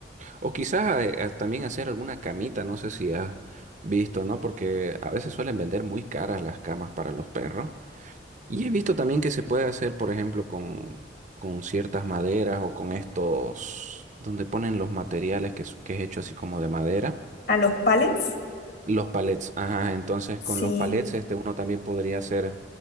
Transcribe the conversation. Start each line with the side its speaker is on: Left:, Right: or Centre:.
Right: O quizás eh, a- también hacer alguna camita, no sé si has visto, ¿no? Porque a veces suelen vender muy caras las camas para los perros. Y he visto también que se puede hacer, por ejemplo, con, con ciertas maderas o con estos, donde ponen los materiales que, es- que es hecho así como de madera.
Left: ¿A los pallets?
Right: Los palets, ajá, entonces
Left: Sí.
Right: con los palets este uno también podría hacer